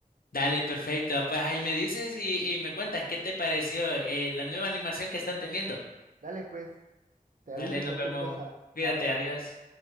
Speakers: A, on the left (about 75°); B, on the right (about 60°).
A: Dale, perfecto. Pues ahí me dices y, y me cuentas qué te pareció eh, la nueva animación que están teniendo.
B: Dale pues, te aviso
A: Dale, nos
B: cualquier
A: vemos.
B: cosa.
A: Cuídate,
B: Chao.
A: adiós.